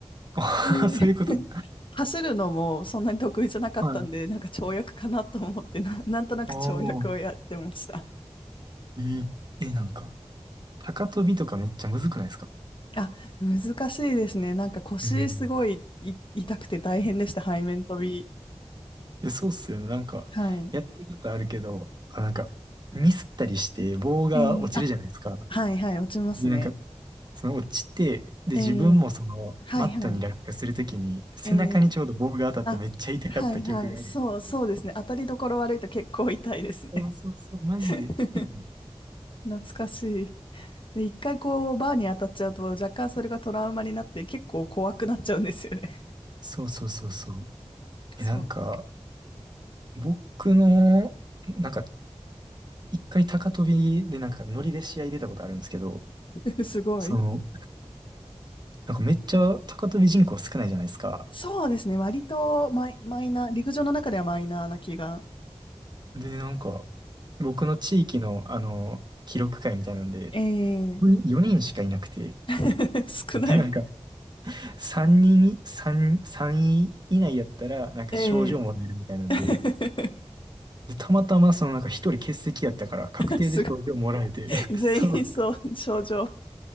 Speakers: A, on the right (about 40°); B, on the left (about 50°).
A: あ
B: で
A: <laughs> そういうこと。
B: 走るのもそんなに得意じゃなかったんで、
A: はい。
B: なんか跳躍かなと思ってな、なんとなく跳躍をやってました。
A: ああ、えーえ、なんか、高跳びとかめっちゃむずくないですか
B: あ、難しいですね。なんか腰すごい、
A: うん。
B: い痛くて大変でした。背面飛び。
A: え、そうっすよね。なんか、
B: はい。
A: やってることあるけど、あ、なんか、ミスったりして、棒が落ちるじゃないですか。
B: ええあ、はいはい、落ちますね。
A: で、なんか、その落ちて、で、
B: ええ
A: 自分もその、
B: はいはい。
A: マットに落下するときに、背中にちょうど棒が当たってめっちゃ痛かった記憶がある。
B: ええあ、はいはい。そう、そうですね。当たりどころ悪いと結構痛いですね。
A: そうそうそう、マジで。
B: <laughs>
A: うん
B: 懐かしい。で、一回こう、バーに当たっちゃうと、若干それがトラウマになって、結構怖くなっちゃうんですよね。
A: そうそうそうそう。え、
B: そ
A: なんか、僕の、なんか、一回高跳びで、なんか、ノリで試合出たことあるんですけど、
B: う。<laughs> すごい。
A: その、なんかめっちゃ高跳び人口少ないじゃないですか。
B: そうですね。割とマイ、マイナー、陸上の中ではマイナーな気が。
A: で、なんか、僕の地域の、あの、記録会みたいなんで、
B: ええ
A: 4人しかいなくて、
B: <laughs> 少ない。
A: <laughs> でなんか、3人、3、3位以内やったら、なんか賞状もらえるみたいなんで、
B: ええ <laughs>
A: で、たまたまそのなんか1人欠席やったから、確定で賞状もらえて、
B: すごい。
A: <laughs> そう、
B: 全員そう、症状。